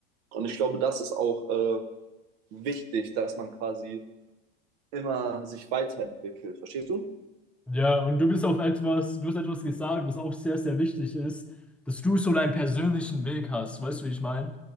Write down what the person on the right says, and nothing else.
Und ich glaube, das ist auch äh, wichtig, dass man quasi immer sich weiterentwickelt. Verstehst du?